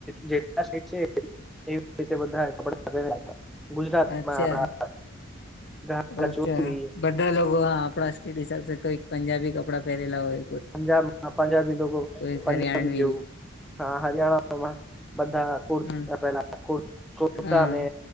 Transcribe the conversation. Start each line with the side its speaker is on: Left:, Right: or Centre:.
Centre: જેલા સ્ટેટ છે એવી રીતે બધા એ કપડા પેરેલા હતા. ગુજરાતમાં
Left: અચ્છા
Centre: આપડા ગા
Left: અચ્છા
Centre: ચોરી
Left: બધા લોકો હા આપડા સ્ટ કોઈક પંજાબી કપડાં પહેરેલા હોય
Centre: પંજાબ હ પંજાબી લોકો
Left: કોઈક
Centre: પંજાબી
Left: હરિયાણવી
Centre: જેવું. હા હરિયાણામાં બધા કુતા
Left: હમ
Centre: પેલા કુર્તાને
Left: હમ